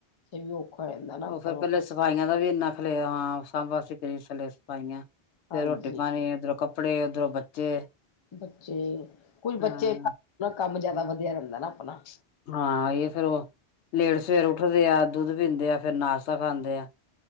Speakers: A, on the left; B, on the left.
A: ਇਹ ਵੀ ਔਖਾ ਹੋ ਜਾਂਦਾ ਨਾ ਆਪਾਂ
B: ਉਹ ਫਿਰ
A: ਨੂੰ
B: ਪਹਿਲੇ ਸਫਾਈਆਂ ਦਾ ਵੀ ਇੰਨਾ ਪਹਿਲਾ ਹਾਂ <unintelligible> ਸਫਾਈਆਂ ਫੇਰ
A: ਹਾਂਜ
B: ਰੋਟੀ ਪਾਣੀ ਉਧਰੋਂ ਕੱਪੜੇ ਉੱਧਰੋਂ ਬੱਚੇ
A: ਬੱਚੇ ਕੁਝ ਬੱਚੇ
B: ਹਾਂ
A: ਕੰਮ ਜਿਆਦਾ ਵਧੀਆ ਰਹਿੰਦਾ ਨਾ ਆਪਨਾ।
B: ਹਾਂ ਇਹ ਫੇਰ ਉਹ ਲੇਟ ਸਵੇਰ ਉੱਠਦੇ ਆ ਦੁੱਧ ਪੀਂਦੇ ਆ ਫਿਰ ਨਾਸ਼ਤਾ ਖਾਂਦੇ ਆ।